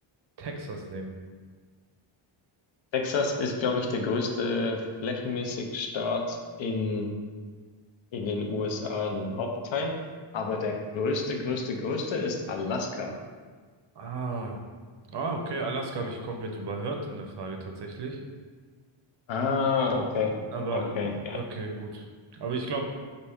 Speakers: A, on the right; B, on the left.
A: Texas nehmen.
B: Texas ist, glaube ich, der größte flächenmäßig Staat in, in den USA, in dem Hauptteil. Aber der größte, größte, größte ist Alaska.
A: Ah. Ah, okay. Alaska habe ich komplett überhört in der Frage tatsächlich.
B: Ah, okay.
A: Aber,
B: Okay.
A: äh,
B: ja.
A: okay, gut. Aber ich glaube,